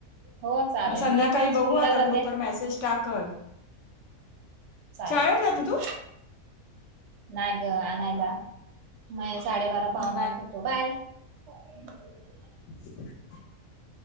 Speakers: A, on the right (about 65°); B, on the left (about 65°).
A: हो चालेल
B: मग संध्याकाळी
A: मी पण स्कूलला
B: बघू आता
A: जाते
B: ग्रुपवर मेसेज टाकल.
A: चालेल
B: शाळेवर
A: चालेल
B: जाते तू?
A: नाही ग आणाय. म साडेबारा
B: हं,
A: पाहून
B: बाय.
A: एक होतो बाय. काय कळलं नाही.
B: <unintelligible>